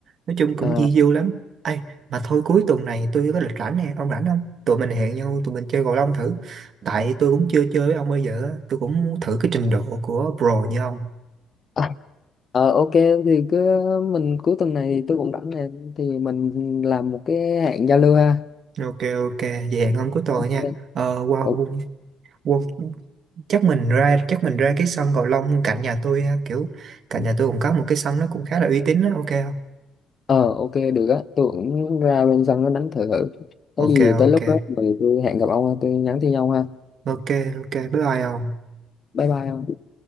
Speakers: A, on the right; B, on the left.
A: nói chung cũng
B: ờ,
A: di du lắm ai mà thôi cuối tuần này tôi có lịch rảnh nè ông rảnh không tụi mình hẹn nhau tụi mình chơi cầu lông thử tại tôi cũng chưa chơi với ông bao giờ á tôi cũng muốn thử cái trình độ của pro như ông
B: à, ờ, ok thì cứ mình cuối tuần này thì tôi cũng rảnh nè thì mình làm một cái hẹn giao lưu ha
A: ok ok vậy hẹn ông cuối tuần
B: Ok.
A: nha ờ wow,
B: Ok.
A: wow, wow. chắc mình ra chắc mình ra cái sân cầu lông cạnh nhà tôi ha kiểu cạnh nhà tôi cũng có một cái sân nó cũng khá là uy tín đó ok không
B: ờ ok được á tôi cũng ra bên sân nó đánh thử thử có
A: ok
B: gì tới
A: ok
B: lúc đó thì tôi hẹn gặp ông ha, tôi nhắn tin nhau ha
A: ok ok bye bye không
B: bye bye ông